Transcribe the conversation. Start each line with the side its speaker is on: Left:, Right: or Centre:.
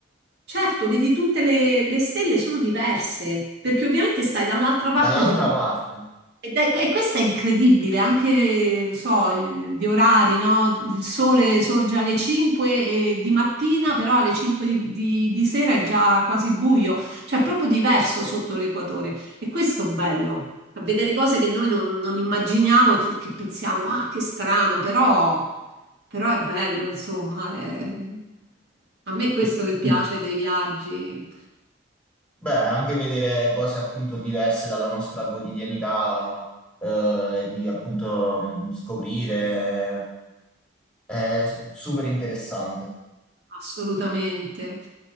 Right: certo, vedi tutte le, le stelle sono diverse, perché ovviamente stai dall'altra
Centre: dall'altra
Right: parte del
Centre: parte.
Right: Ed ecco- E questo è incredibile, anche, non so, il- gli orari, no? Il sole sorge alle 5 e- di mattina, però alle 5 di, di- di sera è già quasi buio, cioè è proprio diverso sotto l'equatore. E questo è bello, a vedere cose che noi non, non immaginiamo e che, che pensiamo, ah, che strano, però, però è bello, insomma. è- A me è questo
Centre: Sì.
Right: che piace dei viaggi.
Centre: Beh, anche vedere cose appunto diverse dalla nostra quotidianità, eh, e di appunto mh, scoprire, è s- super interessante.
Right: Assolutamente.